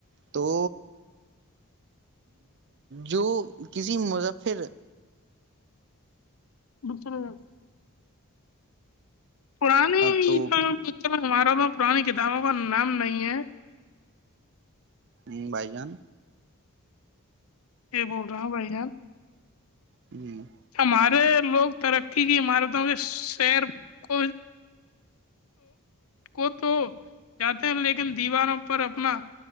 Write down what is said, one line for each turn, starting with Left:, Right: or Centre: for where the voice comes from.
Right: تو جو کسی مظفر
Left: بک چلا جؤ پرانے
Right: تو
Left: ب ہمارا پرانی کتابوں کا نام نہیں ہے
Right: ہ بھائی جان
Left: کیا بول رہا ہوں بھائی جان
Right: جی
Left: ہمارے لوگ ترقی کی عمارتوں کے شہر کو کو تو جاتے ہیں لیکن دیواروں پر اپنا